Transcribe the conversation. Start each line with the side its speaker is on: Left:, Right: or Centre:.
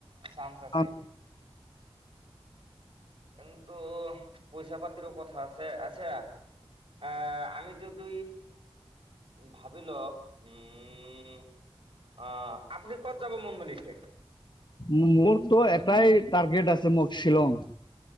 Right: চান্স আছিল।
Left: টান
Right: কিন্তু পইচা পাতিৰো কথা আছে, আচ্ছা আ -আমি যদি উ -ভাবি লওক, উম অ আপুনি ক'ত যাব মন মেলিছে।
Left: মোৰটো এটাই টাৰ্গেট আছে মোক শ্বিলং।